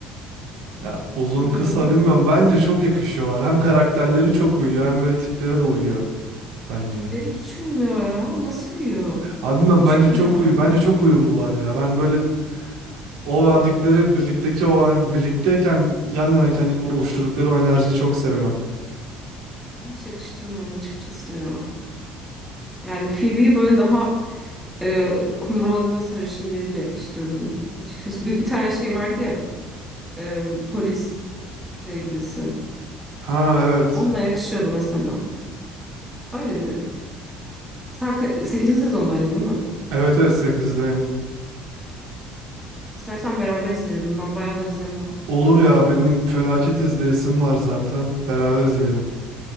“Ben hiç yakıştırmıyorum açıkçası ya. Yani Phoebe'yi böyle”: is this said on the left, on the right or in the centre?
Centre